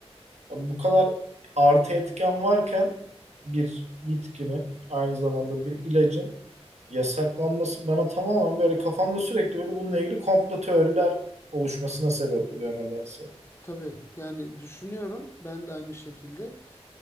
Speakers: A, on the right; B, on the left.
A: Ya bu kadar artı etken varken bir bitkinin aynı zamanda bir ilacın yasaklanması bana tamamen böyle kafamda sürekli böyle bununla ilgili komplo teoriler oluşmasına sebep oluyor nedense.
B: tabii. Yani düşünüyorum. Ben de aynı şekilde.